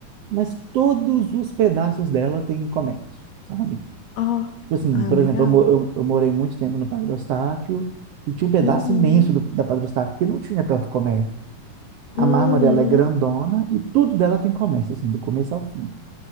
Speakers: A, on the right; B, on the left.
A: mas todos os pedaços dela tem comércio, sabe?
B: Ó,
A: Tipo assim,
B: ah,
A: por
B: legal.
A: exemplo, eu, mo- eu, eu morei muito tempo no Padre Eustáquio e tinha um pedaço
B: Uhum.
A: imenso do, da Padre Eustáquio que não tinha tanto comércio. A
B: Uhum.
A: Mármore, ela é grandona e tudo dela tem comércio, assim, do começo ao fim.